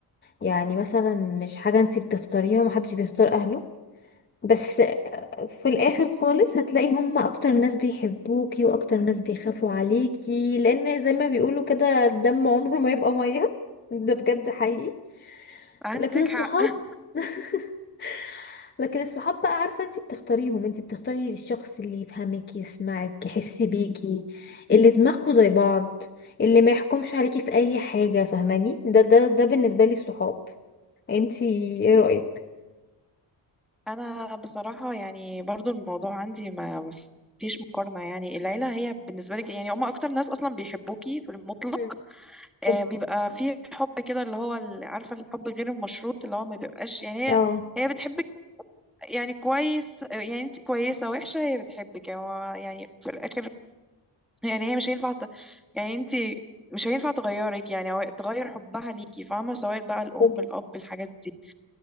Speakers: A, on the left; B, in the centre.
A: يعني مثلا مش حاجة انتي بتختاريها محدش بيختار أهله بس في الاخر خالص هتلاقي هم اكتر ناس بيحبوكي واكتر ناس بيخافوا عليكي لان زي ما بيقولوا كده الدم عمره ما يبقى ميه <laughs> ده بجد حقيقي
B: عندك
A: لكن الصحاب
B: حق <laughs>
A: <laughs> لكن الصحاب بقى عارفة انت بتختاريهم انت بتختاري الشخص اللي يفهمك يسمعك يحس بيكي اللي دماغكوا زي بعض اللي ما يحكمش عليكي في اي حاجة فاهماني ده ده ده بالنسبة لي الصحاب انت ايه رأيك
B: انا بصراحة يعني برضو الموضوع عندي ما ما فيش مقارنة يعني العيلة هي بالنسبة لك يعني هما اكتر ناس اصلا بيحبوكي في المطلق
A: مم.
B: آه
A: طب-
B: بيبقى في حب كده اللي هو ال- عارفة الحب غير المشروط اللي هو ما بيبقاش يعني
A: اه
B: هي هي بتحبك يعني كويس يعني انت كويسة وحشة هي بتحبك يعني هو يعني في الاخر يعني هي مش هينفع ت... يعني انت مش هينفع تغيرك يعني او تغير حبها ليكي فاهمة سواء بقى الأم
A: طب
B: الأب الحاجات دي